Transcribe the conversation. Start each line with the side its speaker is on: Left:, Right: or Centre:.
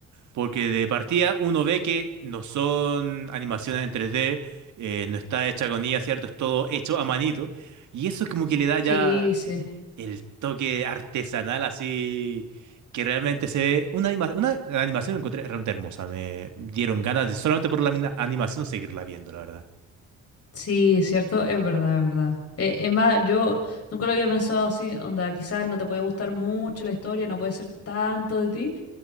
Right: porque de partida uno ve que no son animaciones en tres d eh, no está hecha con IA, ¿cierto? Es todo hecho a manito. Y eso como que le da ya
Left: Sí, sí.
Right: el toque artesanal así que realmente se ve una animación, una, la animación la encontré realmente hermosa. Me dieron ganas de solamente por la mina- animación seguirla viendo, la verdad.
Left: Sí, es cierto, es verdad, es verdad. Eh, es más, yo nunca lo había pensado así, onda, quizás no te puede gustar mucho la historia, no puede ser tanto de ti.